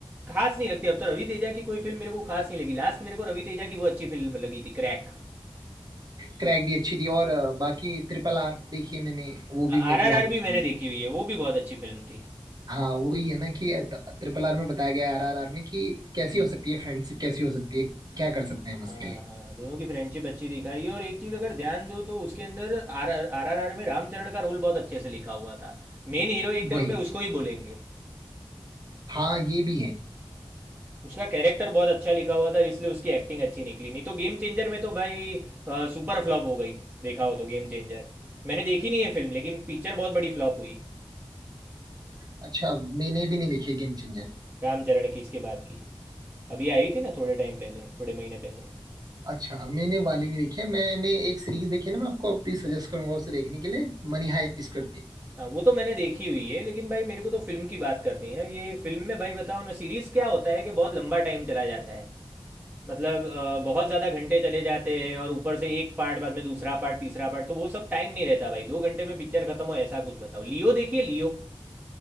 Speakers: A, on the right (about 15°); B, on the right (about 40°).
A: खास नहीं लगती अब तो रवि तेजा की कोई फिल्म मेरे को खास नहीं लगी लास्ट मेरे को रवि तेजा की वो अच्छी फिल्म लगी थी क्रैक
B: क्रैक भी अच्छी थी और अ, बाकी ट्रिपल आर देखी है मैंने वो भी मेरे
A: आर
B: को
A: आर
B: बहुत
A: आर
B: अच्छी
A: भी मैंने
B: लगी
A: देखी हुई है वो भी बहुत अच्छी फिल्म थी
B: हाँ वही है ना कि ट्रिपल आर में बताया गया आर आर आर में कि कैसी हो सकती है फ्रेंडशिप कैसी हो सकती है क्या कर सकते हैं हम उसके
A: हाँ
B: लिए
A: हाँ दोनों की फ्रेंडशिप अच्छी दिखाई है और एक चीज़ अगर ध्यान दो तो उसके अंदर आर आर आर आर में रामचरण का रोल बहुत अच्छे से लिखा हुआ था मेन हीरो एक तौर
B: वही
A: पे उसको ही बोलेंगे
B: हाँ ये भी है
A: उसका कैरेक्टर बहुत अच्छा लिखा हुआ था इसलिए उसकी एक्टिंग अच्छी निकली नहीं तो गेम चेंजर में तो भाई आ, सुपर फ्लॉप हो गई देखा हो तो गेम चेंजर मैंने देखी नहीं है फिल्म लेकिन पिक्चर बहुत बड़ी फ्लॉप हुई
B: अच्छा मैंने भी नहीं देखी गेम चेंजर
A: रामचरण की इसके बाद की अभी आई थी ना थोड़े टाइम पहले थोड़े महीने पहले
B: अच्छा मैंने वाली नहीं देखी है मैंने एक सीरीज देखी है ना मैं आपको प्लीज सजेस्ट करूंगा उसे देखने के लिए मनी हाइस्ट करके
A: हाँ वो तो मैंने देखी हुई है लेकिन भाई मेरे को तो फिल्म की बात करनी है ये फिल्म में भाई बताओ ना सीरीज क्या होता है कि बहुत लंबा टाइम चला जाता है मतलब अ, बहुत ज़्यादा घंटे चले जाते हैं और ऊपर से एक पार्ट बाद में दूसरा पार्ट तीसरा पार्ट तो वो सब टाइम नहीं रहता भाई दो घंटे में पिक्चर खत्म हो ऐसा कुछ बताओ लियो देखिए लियो